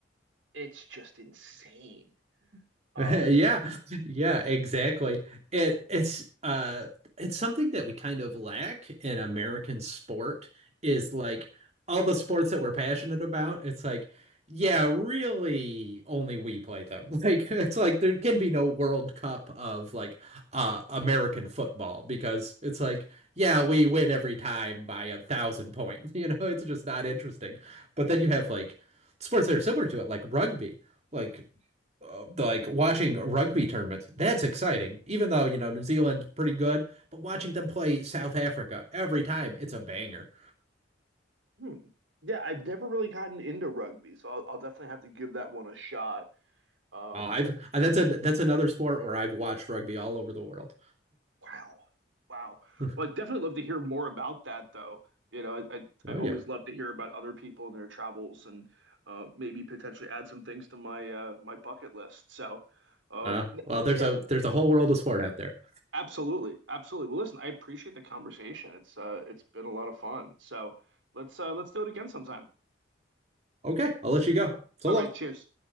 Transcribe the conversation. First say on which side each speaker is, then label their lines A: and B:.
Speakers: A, on the right; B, on the right.
A: it's just insane
B: <laughs>
A: um
B: Yeah, yeah, exactly. It it's uh it's something that we kind of lack in American sport is like all the sports that we're passionate about, it's like, yeah, really only we play them. <laughs> Like it's like there can be no World Cup of like uh American football because it's like, yeah, we win every time by a thousand points. <laughs> You know, it's just not interesting. But then you have like sports that are similar to it, like rugby. Like uh, like watching rugby tournaments, that's exciting. Even though, you know, New Zealand pretty good, but watching them play South Africa every time, it's a banger.
A: hmm. yeah i've never really gotten into rugby so I'll, I'll definitely have to give that one a shot um
B: Uh, I've I, that's a that's another sport where I've watched rugby all over the world.
A: wow wow
B: <laughs>
A: well i'd definitely love to hear more about that though you know i i, I
B: Oh
A: always
B: yeah.
A: love to hear about other people and their travels and uh, maybe potentially add some things to my uh, my bucket list so um,
B: Uh, well, there's
A: yeah
B: a there's a whole world of sport out there.
A: Absolutely. Absolutely. Well, listen, I appreciate the conversation. It's uh it's been a lot of fun. So let's uh let's do it again sometime.
B: Okay, I'll let you go. So
A: All
B: long.
A: right, cheers.